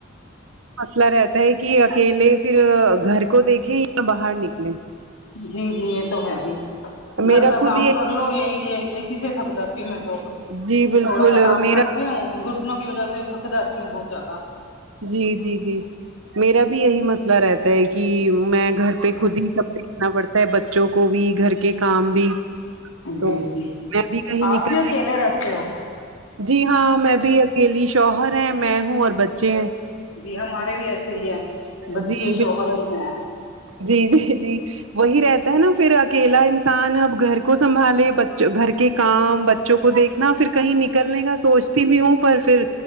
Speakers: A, on the right; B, on the left.
A: مسئلہ رہتا ہے کہ اکیلے پھر گھر کو دیکھیں یا باہر نکلیں
B: جی جی یہ تو ہے ہی گھر
A: میرا
B: کا
A: خود
B: کام
A: ہی
B: کر کر لو یہ ایسی سے تھک جاتی ہوں میں تو اب تھوڑا
A: جی بالکل
B: سا کام
A: میرا
B: کر تی ہوں گھٹنوں کی وجہ سے تھک جاتی ہ بہت زیادہ
A: جی جی جی میرا بھی یہی مسئلہ رہتا ہے کہ میں گھر پہ خود ہی سب دیکھنا پڑتا ہے بچوں کو بھی گھر کے کام بھی تو
B: جی جی
A: میں بھی کہیں
B: آپ
A: نکلنا
B: بھی اکیلے رہتے ہو
A: جی ہاں میں بھی اکیلی شوہر ہے میں ہوں اور بچے ہیں
B: جی ہمارے بھی ایسے ہی ہے بچے
A: جی بالکل
B: شوہر اور میں
A: جی جی جی وہی رہتا ہے نا پھر اکیلا انسان اب گھر کو سنبھالے ب گھر کے کام بچوں کو دیکھنا پھر کہیں نکلنے کا سوچتی بھی ہوں پر پھر